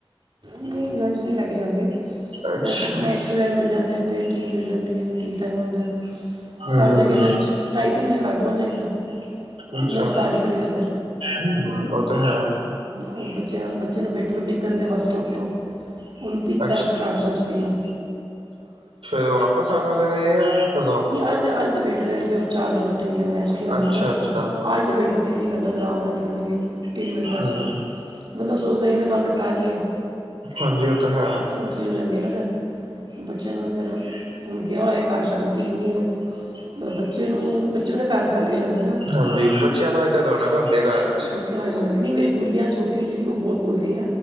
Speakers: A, on the right (about 55°); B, on the right (about 80°).
A: ਨਈ ਲੰਚ ਨੀ ਲੈ ਕੇ ਜਾਂਦੀ
B: ਅੱਛਾ
A: ਵੈਸੇ ਸਨੈਕਸ ਵਗੈਰਾ ਮਿਲ ਜਾਂਦੇ ਐਥੇ ਟੀ ਮਿਲ ਜਾਂਦੀ ਏ, ਟੀ ਟਾਈਮ ਹੁੰਦੈ,
B: ਹੂੰ
A: ਘਰ ਜਾ ਕੇ ਲੰਚ ਢਾਈ-ਤਿੰਨ ਵਜੇ ਘਰ ਪੋਂਚ ਜਾਈਦਾ।
B: ਅੱਛਾ,
A: ਲੰਚ ਘਰ ਹੀ ਕਰੀਦਾ ਫਿਰ
B: ਹੁੰ, ਪਤਾ ਹੈ
A: ਓਹ ਬੱਚਿਆਂ ਬੱਚੇ ਨੂੰ ਬੇਟੇ ਨੂੰ ਪਿੱਕ ਕਰਦੇ ਬੱਸਸਟੋਪ ਤੋਂ ਓਹਨੂੰ ਪਿੱਕ
B: ਅੱਛਾ
A: ਕਰਕੇ ਘਰ ਪੋਂਚਦੀ ਆ।
B: ਓਹ ਵਾਪਿਸ ਆਨ ਵਾਲੇ ਨੇ ਯਾ ਕਦੋਂ?
A: ਅੱਜ ਤੇ ਅੱਜ ਤੇ ਬੇਟੇ ਨੇ ਉਥੇ ਚਾਰ ਦਿਨ ਉਥੇ ਈ ਰਹਿਨੈ ਮੈਚ ਖੇਲਨੈ
B: ਅੱਛਾ
A: ਓਹਨੇ
B: ਅੱਛਾ
A: ਅੱਜ ਤੇ ਬੇਟੇ ਨੂੰ ਪਿੱਕ ਨੀ ਕਰਨਾ ਆਰਾਮ ਨਾਲ ਨਿਕਲਾਂਗੀ ਤਿੰਨ ਵਜੇ ਤੱਕ,
B: ਹਮ
A: ਬੰਦਾ ਸੋਚਦਾ ਈ ਏ ਨਾ ਕੰਮ ਗਾਲੀਏ,
B: ਹਾਂਜੀ ਉਹ ਤਾਂ ਹੈ
A: ਓਹ ਚੀਜ਼ ਹੋ ਜਾਦੀ ਏ ਨਾ। ਫਿਰ ਬੱਚਿਆ ਨਾਲ ਫਿਰ, ਹੁਨ ਗਿਆ ਹੋਇਐ ਘਰ ਸ਼ਾਂਤੀ ਇੰਨੀ ਐ ਬੱਚੇ ਨੂੰ ਬੱਚੇ ਬਿਨਾ ਘਰ ਖਾਲੀ ਹੋ ਜਾਂਦਾ ਨਾ
B: ਹਾਂਜੀ ਬੱਚਿਆਂ ਨਾਲ ਹੀ ਤਾਂ ਰੌਣਕ ਹੁੰਦੀ ਹੈ ਘਰ ਚ
A: <unintelligible> ਨਈ ਮੇਰੀ ਗੁੜੀਆ ਛੋਟੀ ਜੇਹੜੀ ਓਹ ਬੋਤ ਬੋਲਦੀ ਦੀ ਏ